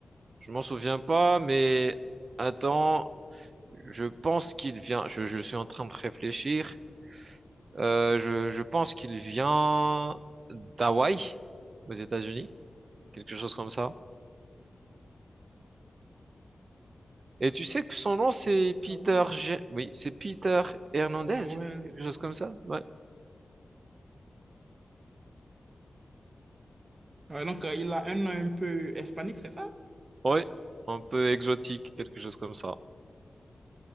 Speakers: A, on the right; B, on the right.
A: Je m'en souviens pas, mais attends, je pense qu'il vient. Je, je suis en train de réfléchir. Euh, je, je pense qu'il vient d'Hawaï, aux États-Unis, quelque chose comme ça. Et tu sais que son nom, c'est Peter,
B: Ah ouais.
A: Ge- oui, c'est Peter Hernandez,
B: Ah ouais.
A: quelque chose comme ça. Ouais.
B: Ah, donc euh, il a un nom un peu hispanique, c'est ça?
A: Oui, un peu exotique, quelque chose comme ça.